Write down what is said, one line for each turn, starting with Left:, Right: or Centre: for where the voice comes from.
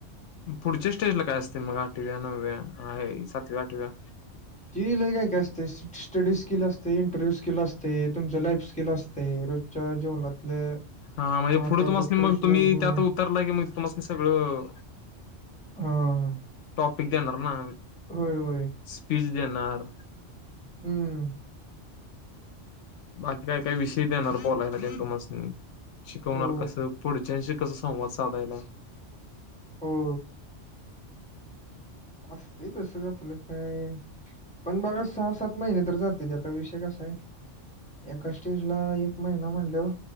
Left: पुढच्या स्टेजला काय असतय मग, आठव्या नव्या, हाय सातव्या, आठव्या
Centre: ती लय काय, काय असतय स्टडी स्किल असतय, इंटरव्ह्यू स्किल असतय, तुमच लाईफ स्किल असत ते रोजच्या जीवनातलं
Left: हा म्हणजे
Centre: महत्त्वाचा
Left: पुढे तुम्हासनी
Centre: प्रश्न
Left: मग तुम्ही
Centre: पुढं
Left: त्यात उतरला की मग तुम्हास्नी सगळं
Centre: हां.
Left: टॉपिक देणार ना,
Centre: होय, होय.
Left: स्पीच देणार
Centre: हम्
Left: आणि काय काय विषय देणार बोलायला त्येनं तुम्हास्नी, शिकवणार
Centre: हो,
Left: कसं पुढच्याशी कस संवाद साधायलाय
Centre: हो असतय तसंच आपलं काय पण बघा सहा सात महिने तर जात्येती आता विषय कसा हाय एका स्टेजला एक महिना म्हणल्याव,